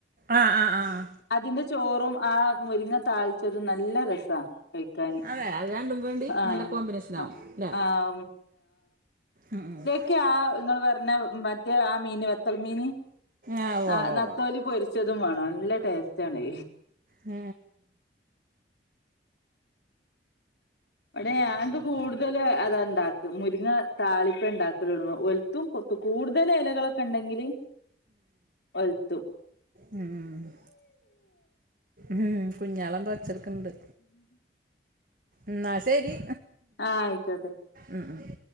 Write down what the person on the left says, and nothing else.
അതിന്റെ ചോറും ആ മുരിങ്ങ താളിച്ചതും നല്ല രസാ. കഴിക്കാന്
ആഹ്
ആഹ്
ആഹ്
ഇക്ക് അഹ് നിങ്ങൾ പറഞ്ഞ മറ്റേ ആ മീന് നത്തൾ മീന്,
ആ
നത്തോലി
പോ രിച്ചതും വേണം നല്ല ടേസ്റ്റാണ്.
ഇവിടെ ഞാനോക്കെ കൂടുതൽ അതാ ഇണ്ടാക്ക മുരിങ്ങ താളിപ്പെ ഉണ്ടാക്കലള്ളൂ. ഒലുത്തും കോ കൂടുതൽ ഇലകളൊക്കെ ഉണ്ടെങ്കിൽ ഒലത്തും.
ആഹ് ആയിക്കോട്ടെ